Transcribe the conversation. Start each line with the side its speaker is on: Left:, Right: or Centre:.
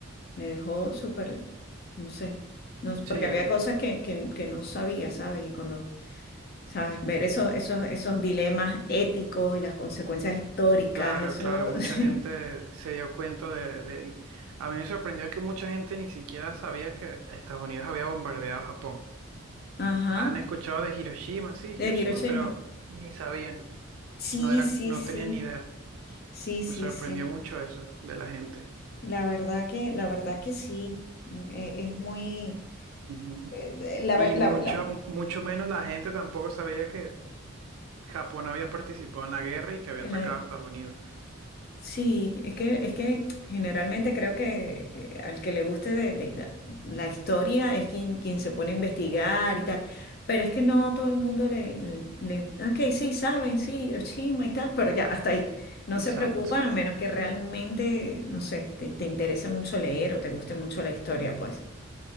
Left: Me dejó súper, no sé, no,
Right: Sí,
Left: porque había cosas que, que, que no sabía, ¿sabes? Y cuando ¿Sabes? Ver esos, esos, esos dilemas éticos y las consecuencias históricas,
Right: Claro,
Left: eso.
Right: claro, mucha
Left: <laughs> sí.
Right: gente se dio cuenta de, de... y A mí me sorprendió que mucha gente ni siquiera sabía que Estados Unidos había bombardeado Japón.
Left: Ajá.
Right: Han escuchado de Hiroshima, sí,
Left: De
Right: Hiroshima,
Left: Hiroshima.
Right: pero ni sabían,
Left: Sí,
Right: no era,
Left: sí,
Right: no
Left: sí.
Right: tenían ni idea.
Left: Sí, sí,
Right: Me sorprendió
Left: sí.
Right: mucho eso de la gente.
Left: La verdad que, la verdad que sí. Eh, es muy.
Right: Ujú.
Left: eh, la,
Right: Y
Left: la,
Right: mucho,
Left: la-
Right: mucho menos la gente tampoco sabía que Japón había participado en la guerra y que había
Left: la-
Right: atacado a Estados Unidos.
Left: Sí, es que, es que generalmente creo que eh, al que le guste de, de- la historia es quien, quien se pone a investigar y tal, pero es que no a todo el mundo le, le, ok, sí, saben, sí, Hiroshima y tal, pero ya, hasta ahí. No se
Right: Exacto.
Left: preocupan a menos que realmente, no sé, te, te interese mucho leer o te guste mucho la historia, pues.